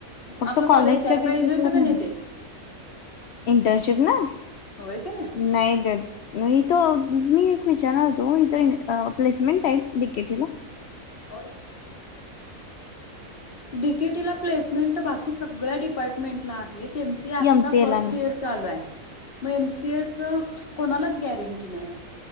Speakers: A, on the left; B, on the left.
A: फक्त
B: आपलं कॉलेज
A: कॉलेजच्या
B: द्याय पाहिजे
A: बेसेस
B: होतं
A: वर
B: का
A: ना
B: नाही ते
A: इंटर्नशिप ना?
B: होय का नाय?
A: नाही देत. इथ मी एक विचारनार होतो. प्लेसमेंट आहेत डिकेटीला?
B: <inaudible> डिकेटला प्से बाकी सगळ्या डिपम्टमेंटला आहे. एम सी आता
A: एमसीए
B: फर्ट
A: ला नाही
B: इयर चालूय. मग एम सी ए च कोणालाच गॅरंटी नाही.